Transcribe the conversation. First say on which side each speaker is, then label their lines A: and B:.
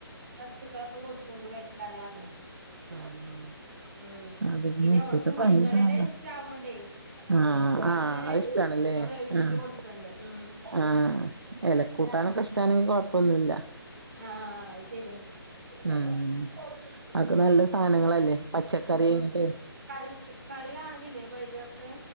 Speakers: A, on the right; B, on the right.
A: വസ്ത്ക്കളൊക്കെ കൊടുക്കുണ്ടു കഴിക്കാനാർഞ്ഞു.
B: ആഹ്
A: ഉം
B: അതന്നെ
A: പിന്നെ
B: ഇപ്പത്തെ
A: ഓൾക്ക് മുരിങ്ങടല
B: പനിയൊക്കെ നല്ലതാ
A: ഇഷ്ടവോണ്ടേ
B: ആഹ്
A: അഹ്ങ്ങനെ
B: ആഹ് അത് ഇഷ്ടാണല്ലേ
A: ആ വേവിച്ചിട്ട്
B: ആഹ്
A: കൊട്ക്ക്ണ്ട് ഉം
B: ആഹ് എലക്കൂട്ടാനൊക്കെ ഇഷ്ടാണെങ്കി കൊഴപ്പൊന്നുല്ല
A: ആഹ് അഹ് ശര്യാ
B: <unintelligible> അക്ക നല്ല സാനങ്ങളല്ലേ പച്ചക്കറി ഇങ്ങട്ടേ
A: കളിക്ക് കളി കാണലില്ലേ വേൾഡ് കപ്പ്?